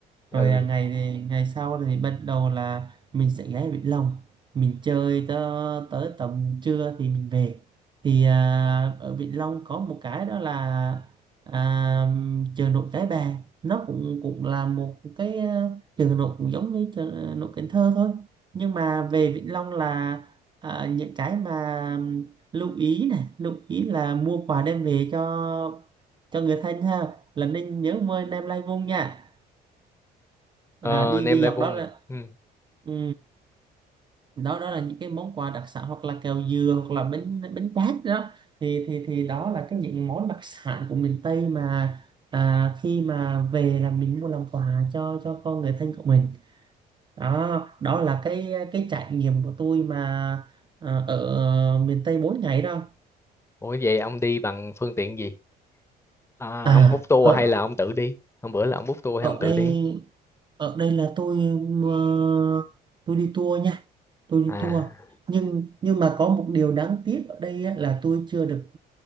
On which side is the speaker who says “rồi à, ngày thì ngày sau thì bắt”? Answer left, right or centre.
Right